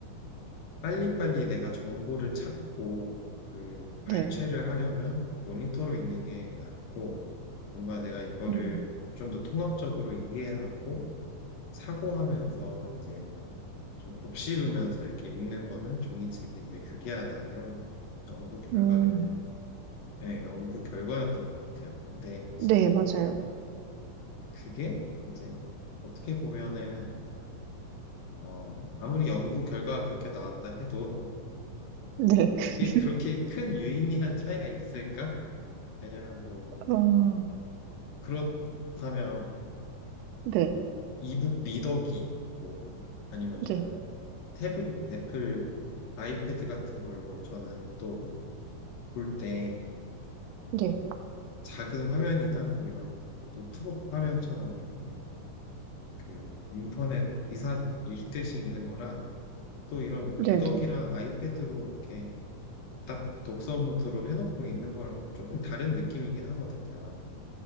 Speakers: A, on the left (about 65°); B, on the right (about 80°).
A: 빨리빨리 내가 정보를 찾고 그 발췌를
B: 네.
A: 하려면 모니터로 있는 게 낫고 뭔가 내가 이거를
B: 음,
A: 좀 더 통합적으로 이해하고 사고하면서 이제 좀 곱씹으면서 이렇게 읽는 거는 종이책이 더 유리하다 이런 연구 결과를
B: 음,
A: 예, 연구 결과였던 것 같아요. 근데
B: 네, 맞아요.
A: 그게 이제 어떻게 보면은 어 아무리 연구 결과가 그렇게 나왔다 해도
B: 네.
A: <laughs>
B: <laughs>
A: 그게 그렇게 큰 유의미한 차이가 있을까? 왜냐면 뭐
B: 어,
A: 그렇다면
B: 네,
A: 이북 리더기 뭐 아니면
B: 네,
A: 저희가 태블 애플 아이패드 같은 걸로 저는 또 볼때
B: 네,
A: 작은 화면이나 뭐 이런 노트북 화면처럼 이렇게 그 인터넷 기사 읽듯이 읽는 거랑 또 이런
B: 네,
A: 리더기랑
B: 네.
A: 아이패드로 이렇게 딱 독서 모드로 해놓고 읽는 거랑 조금 다른 느낌이긴 하거든요.